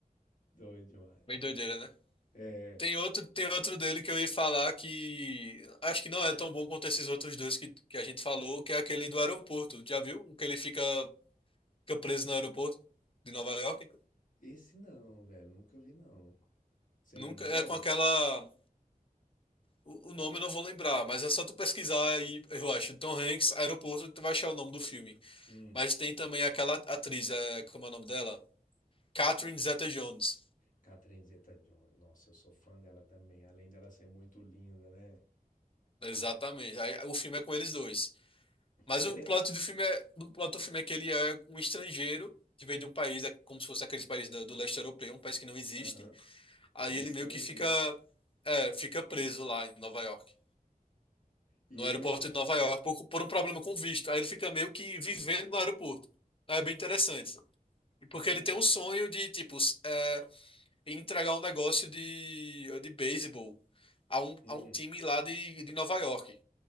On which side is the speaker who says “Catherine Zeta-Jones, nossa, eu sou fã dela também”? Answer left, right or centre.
Left